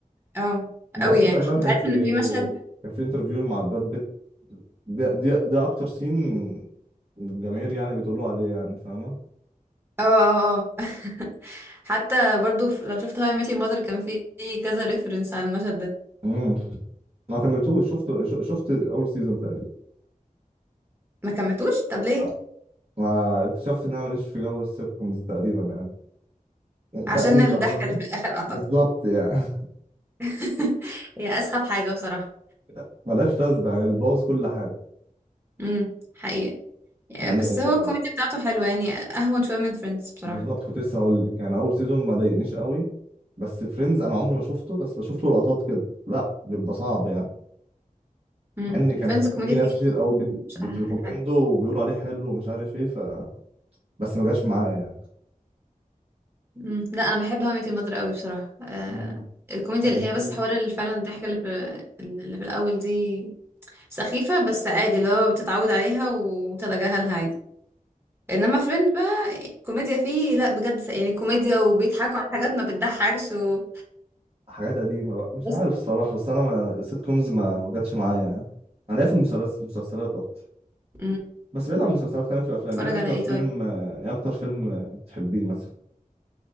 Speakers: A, on the right (about 15°); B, on the right (about 45°).
A: اه
B: انت
A: قوي
B: اصلا
A: يعني
B: تقريبا كان
A: انت عارف
B: في
A: ان في مشهد
B: كان في انترفيو مع براد بيت ده دي ده اكتر سين الجماهير يعني بتقولوا عليه يعني فاهمه
A: اه اه اه <laughs> حتى برضو في- لو شفت هاي ميت يور مادر كان في في كذا ريفرنس على المشهد ده
B: امم ما كملتوش شفت ش- شفت اول سيزون تقريبا
A: ما كملتوش طب ليه
B: لا ما اكتشفت ان انا ماليش في جو السيت كومز تقريبا يعني
A: عشان
B: تقريبا
A: الضحكة
B: فاهم
A: اللي في الاخر اعتقد
B: بالظبط يعني
A: <laughs> هي اسخف حاجة بصراحة
B: <laughs> ملهاش لازمه يعني بتبوظ كل حاجه
A: امم حقيقة يعني
B: يعني
A: بس هو الكوميديا بتاعته حلوة يعني اهون شوية من فريندز بصراحة
B: بالظبط كنت لسه هقول لك يعني اول سيزون ما ضايقنيش قوي بس فريندز انا عمري ما شفته بس بشوف له لقطات كده لا بيبقى صعب يعني
A: امم
B: مع ان كان
A: فريندز
B: في,
A: الكوميديا
B: في ناس
A: فيه
B: كتير قوي بت...
A: مش
B: بتريكومنده
A: احلى حاجة
B: وبيقولوا عليه حلو ومش عارف ايه ف بس ما جاش معايا يعني
A: مم. لا انا بحب هاو ميت يور ماذر قوي بصراحه آه
B: مم.
A: الكوميديا
B: خلصني
A: اللي هي بس حوار اللي فعلا الضحكه اللي في اللي في الاول دي سخيفه بس عادي اللي هو بتتعود عليها وتتجاهلها عادي انما فريند بقى كوميديا فيه لا بجد س- يعني كوميديا وبيضحكوا على حاجات ما بتضحكش و...
B: حاجات قديمه بقى مش
A: بس
B: عارف الصراحه بس انا ما... السيت كومز ما ما جاتش معايا يعني انا ليا في المسلس- المسلسلات اكتر
A: مم.
B: بس بعيد عن المسلسلات خلينا في الافلام
A: اتفرج
B: ايه اكتر
A: على ايه
B: فيلم
A: طيب
B: ايه اكتر فيلم بتحبيه مثلا